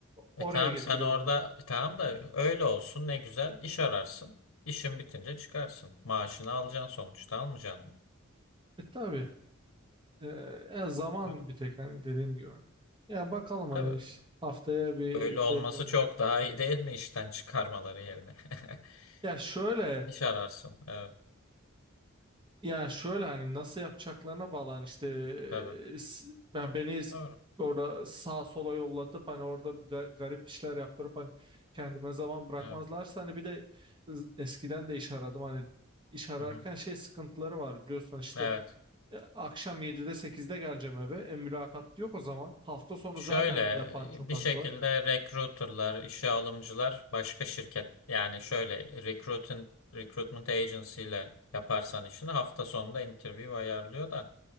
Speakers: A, on the right; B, on the left.
A: oraya
B: E tamam
A: getiriyorlar.
B: sen orada e, tamam da öyle olsun ne güzel iş ararsın. İşin bitince çıkarsın. Maaşını alacaksın sonuçta almayacaksın mı?
A: E tabii E, e, zaman
B: Öyle.
A: bir tek hani dediğim gibi. hani. Ya bakalım
B: Tabii.
A: hani bir haftaya bir
B: Böyle olması
A: belli olur.
B: çok daha iyi değil mi işten çıkarmaları yerine? <laughs>
A: Ya şöyle
B: İş ararsın. Evet,
A: Ya şöyle hani nasıl yapacaklarına bağlı hani işte
B: tabii.
A: e, s- ben beni s-
B: Doğru.
A: orada sağa sola yollatıp hani orada ga- garip işler yaptırıp hani kendime zaman bırakmazlarsa
B: Evet.
A: hani bir de z- eskiden de iş aradım hani iş ararken
B: Hı hı.
A: şey sıkıntıları var biliyorsun hani, işte
B: Evet.
A: E, akşam 7'de 8'de geleceğim eve e, mülakat yok o zaman hafta sonu
B: Şöyle
A: zaten yapan çok
B: e, bir
A: az
B: şekilde
A: var
B: recruiterlar, işe alımcılar başka şirket. Yani şöyle recruiting, recruitment agency ile yaparsan işini hafta sonunda interview ayarlıyor da.